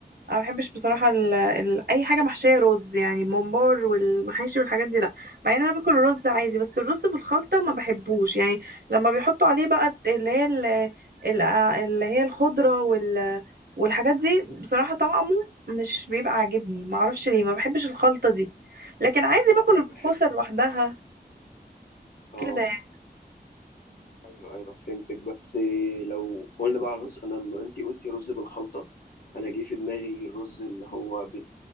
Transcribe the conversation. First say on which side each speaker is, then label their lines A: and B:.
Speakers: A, on the right; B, on the left.
A: ما بحبش بصراحه ال... ال... اي حاجه محشيه رز يعني ممبار والمحاشي والحاجات دي لا مع ان انا باكل الرز عادي بس الرز بالخلطه ما بحبوش يعني لما بيحطوا عليه بقى اللي هي ال... ال... آه، اللي هي الخضره وال... والحاجات دي بصراحه طعمه مش بيبقى عاجبني ما اعرفش ليه ما بحبش الخلطه دي لكن عادي
B: لا
A: باكل
B: انا
A: الكوسه
B: بحب
A: لوحدها
B: اه
A: كده يعني.
B: ايوه ايوه فهمتك بس لو قلنا بقى على الرز انا لما انت قلتي رز بالخلطه انا جه في دماغي الرز اللي هو بال-